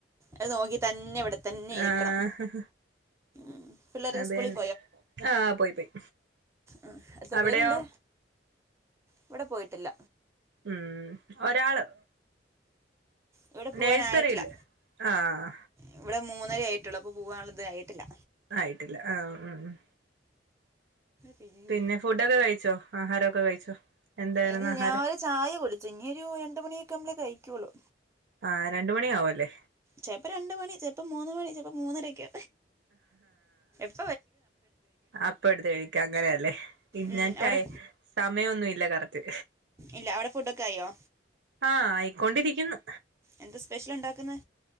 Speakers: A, on the right; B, on the right.
A: അത് നോക്കി തന്നെ ഇവിടെ തന്നെ ഇരിക്കണം
B: ആഹ്
A: ഉം. പിള്ളേരൊക്കെ
B: അത്
A: സ്കൂളിൽ
B: തന്നെ ആഹ് പോയി പോയി
A: ആഹ് എത്ര
B: അവിടെയോ
A: പേരുണ്ട് ഇവിടെ പോയിട്ടില്ല
B: ഉം ഒരാള്
A: ഉഇവിടെ പൂവാനായിട്ടില്ല
B: നേഴ്സറിയില് ആഹ്
A: ഇവിടെ മൂന്നര ആയിട്ടുള്ളൂ അപ്പൊ പോവാനുള്ളത് ആയിട്ടില്ല
B: ആയിട്ടില്ല ആഹ് ഉം ഉം
A: പിരിയൂ.
B: പിന്നെ ഫുഡൊക്കെ കഴിച്ചോ ആഹാരമൊക്കെ കഴിച്ചോ എന്തായിരുന്നു
A: ഇൽ
B: ആഹാരം
A: ഞാൻ ചായ കുടിച്ചു. ഇനി ഒരു രണ്ട് മണിയൊക്കെ ആകുമ്പളെ കഴിക്കുള്ളൂ
B: ആഹ് രണ്ട് മണി ആവു അല്ലേ
A: ചെലപ്പോ രണ്ട് മണി ചെലപ്പ മൂന്ന് മണി ചെലപ്പ മൂന്നരക്കെ ആവും
B: അപ്പടുത് കഴിക്ക അങ്ങനെയല്ലേ പിന്ന
A: ഉം,
B: ടൈ
A: അവിടെ
B: സമയൊന്നു ഇല്ല കറക്റ്റ്
A: ഇല്ല അവിടെ ഫുഡ് ഒക്കെ ആയോ
B: ആഹ് ആയിക്കൊണ്ടിരിക്കുന്നു
A: എന്ത്‌ സ്പെഷ്യല് ഒണ്ടാക്കുന്നത്